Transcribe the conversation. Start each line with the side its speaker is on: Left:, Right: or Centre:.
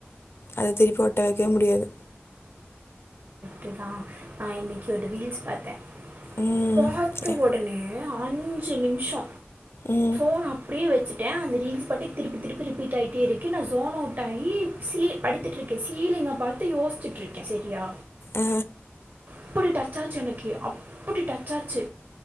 Left: அத திருப்பி ஒட்ட வெக்கவே முடியாது
Right: தா நா இன்னைக்கு ஒரு ரீல்ஸ் பாத்த
Left: ம்
Right: பாத்த
Left: ஏ
Right: ஒடனே அஞ்சு நிமிஷோ
Left: ம்
Right: ஃபோன அப்டியே வெச்சுட்ட அந்த ரீல்ஸ் பாட்டுக்கு திருப்பி திருப்பி ரிப்பீட் ஆயிட்டே இருக்கு நா சோன் அவுட் ஆயி சி படுத்துட்டுருக்க சீலிங்க பாத்து யோசிச்சிட்டுருக்க சரியா
Left: ஆ
Right: அப்டி டச்சாச்சு அன்னக்கி அப்டி டச்சாச்சு